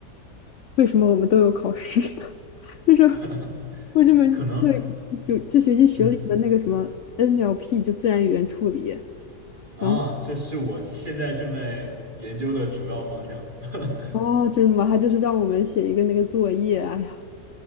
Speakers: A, on the left; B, on the right.
A: 为什么我们都有考试呢？<laughs> 就是
B: <laughs>
A: 我这门课
B: 可能
A: 有这学期学了一门那个什么
B: 嗯
A: NLP，就自然语言处理。
B: 啊，
A: 然后
B: 这是我现在正在研究的主要方向。<laughs>
A: 哦，真的吗？他就是让我们写一个那个作业，哎呀，